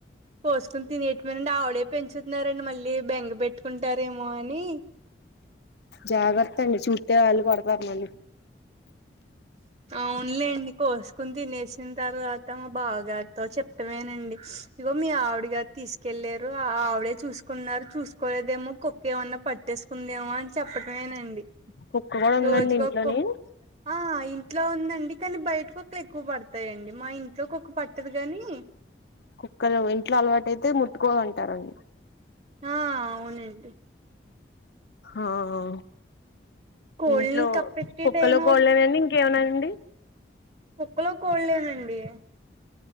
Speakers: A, on the right; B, on the left.
A: కోసుకోని తినేటమేనండి ఆవిడే పెంచుతున్నారండి మళ్ళీ బెంగ పెట్టుకుంటారేమో అని
B: జాగ్రత్త అండి చూత్తే వాళ్ళు కొడతారు నిన్ను
A: అవునులేండి కోసుకోని తినేసిన తర్వాత మా బావ గారితో చెప్టమేనండి ఇగో మీ ఆవిడ గా తీసుకెళ్ళేరు ఆవిడే చూసుకున్నారు చూసుకోలేదేమో కుక్క ఏమన్నా పట్టేసు కుందేమో అని చెప్పటమేనండి
B: కుక్క కూడా ఉందండి
A: రోజుకో
B: ఇంట్లోని
A: కు ఆ ఇంట్లో ఉందండి కానీ బయట కుక్కలే ఎక్కువ పడతాయండి మా ఇంట్లోకుక్క పట్టదు కానీ
B: కుక్కలు ఇంట్లో అలవాటు అయితే ముట్టుకోవంటారండి
A: ఆ అవునండి
B: ఆహా
A: కోళ్ళని
B: ఇంట్లో
A: కప్పెట్టే
B: కుక్కలో
A: టైం
B: కోళ్లేనండి ఇంకేమనాండి
A: కుక్కల్లు కోళ్లేనండి